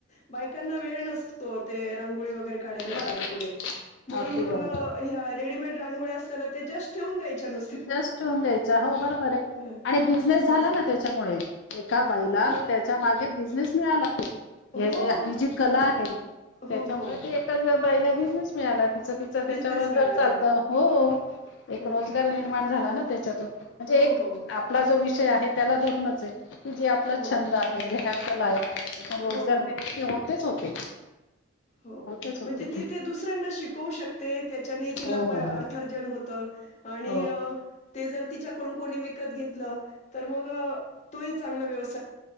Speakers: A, on the left; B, on the left.
A: बायकांना वेळ नसतो ते रांगोळी वगैरे काढायला
B: बरोबर
A: दारापुढे म्हणून
B: अगदी
A: मग
B: बरोबर
A: ह्या रेडीमेड रांगोळ्या असताना ते जस्ट ठेवून द्यायच्या नुसत्या
B: ज्स्ट द्यायचा हो बरोबर
A: हं,
B: आणि बिझनेस झाला
A: बस
B: ना त्याच्यामुळे एका बाईला
A: ह
B: त्या च्या मागे बिझनेस मिळाला की
A: हो
B: ह्याच्या ही जी कला आहे त्याच्यामुळे
A: हो हो
B: ते एकाच बाईला बिझनेस मिळाला की तिचं
A: बिझनेस
B: त्याच्यावर
A: मिळाला
B: घर
A: बरोबर
B: चालतं हो. एक
A: हो
B: रोजगार निर्माण झाला ना त्याच्यातून म्हणजे
A: हो
B: एक
A: हो
B: आपला जो विष चय त्याला धरूनच आहे की जे आपला
A: हो
B: छंद आहे, घेया कला आहे त्यांना रोजगार
A: हो हो
B: मिळाले की होतेच होते.
A: हो
B: होतेच होते
A: म्हणजे ती ते दुसऱ्यांना शिकवू शकते त्याच्याने तिला
B: हो हो हो
A: अर्थ अर्जन हो होत आणि
B: हो
A: अ ते जर तिच्याकडून कोणी विकत घेतलं तर मग तो ही चांगला व्यवस्थ